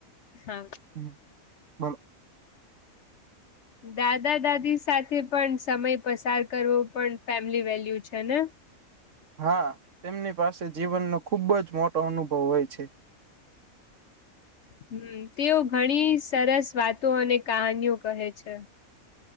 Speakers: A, on the left; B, on the right.
A: હા
B: હમ. બોલો
A: દાદા દાદી સાથે પણ સમય પસાર કરવો પણ ફેમિલી વેલ્યુ છે, ને
B: હા તેમની પાસે જીવનનો ખુબ જ મોટો અનુભવ હોય છે.
A: હમ તેઓ ઘણી સરસ વાતો અને કહાનીઓ કહે છે.